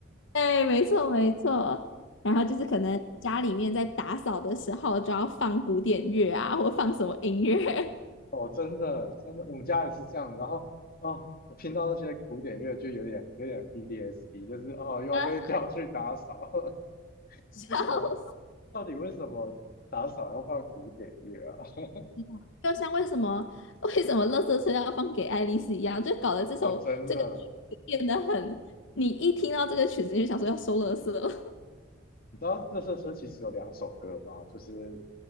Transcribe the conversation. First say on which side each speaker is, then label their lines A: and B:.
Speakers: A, on the left; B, on the left.
A: 对，没错没错。然后就是可能家里面在打扫的时候，就要放古典乐啊，或放什么音乐，
B: 哦，真的，真的，我们家也是这样的然后，哦，我听到那些古典乐就有点有点 PTSD，就是哦，又要被叫去打扫，
A: <laughs>
B: <laughs>
A: 笑死
B: 为什么？到底为什么打扫要放古典乐啊？<laughs>
A: 我！就像为什么为什么《垃圾车》要放给爱丽丝一样，就搞得这首这个曲子变得很，
B: 哦，真的，
A: 你一听到这个曲子你就想说要收垃圾了。
B: 你知道《乐色车》其实有两首歌吗？就是